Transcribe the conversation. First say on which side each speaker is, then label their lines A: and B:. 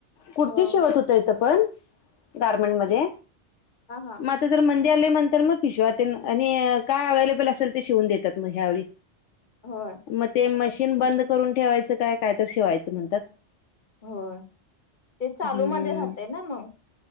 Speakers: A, on the left (about 85°); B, on the left (about 45°).
A: कुर्ती
B: हो
A: शिवत
B: हो
A: होते इथं पण
B: हा
A: गारमेंट मध्ये
B: हा
A: म आता जर मंदी आल्या नंतर म पिशव्या तेन आणि काय अवेलेबल असेल ते शिवून देत्यात म ह्यावेळी.
B: होय.
A: म ते मशीन बंद करून ठेवायचं काय काय तरी शिवायचं म्हणतात.
B: होय ते चालू
A: हम्म
B: मध्ये राहतय ना मंग.